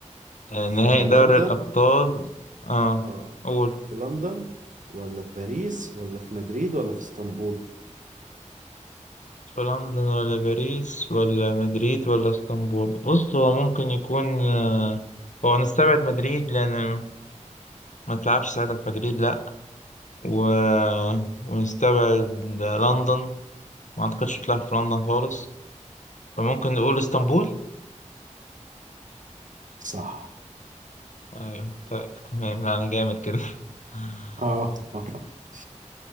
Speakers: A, on the left (about 70°); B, on the right (about 80°).
A: آه،
B: في
A: نهائي دوري
B: لندن
A: الأبطال اه
B: اه
A: قول
B: في لندن ولا في باريس ولا في مدريد ولا في اسطنبول؟
A: في لندن ولا باريس ولا مدريد ولا اسطنبول بص هو ممكن يكون آه هو نستبعد مدريد لأن ما تلعبش ساعتها في مدريد لأ و... <laughs> ونستبعد لندن ما أعتقدش تلعب في لندن خالص فممكن نقول اسطنبول
B: صح
A: ايوه طيب، تمام لا انا جامد كده <laughs>
B: اه <laughs>